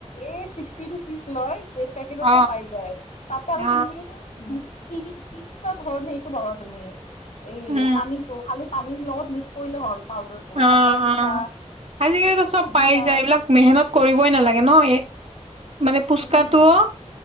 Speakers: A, on the left; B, on the right.
A: এ ছিক্সটি ৰুপিজ লয় পেকেটতে
B: অ
A: পাই যায়। তাতে
B: অ
A: আৰু
B: অ
A: তুমি দু তিনি-তিনিটা ধৰণে এইটো পাবা তুমি। এই
B: উম
A: পানীটো খালি পানীৰ লগত মিক্স কৰিলে হ'ল। পাউদাৰটো
B: আ',
A: খাট্টা মিঠা
B: আ', আজিকালিতো চব
A: পুদিনা
B: পাই যায় এইবিলাক মেহনত কৰিবই নালাগে ন' এই মানে পুচকাটোও
A: উম,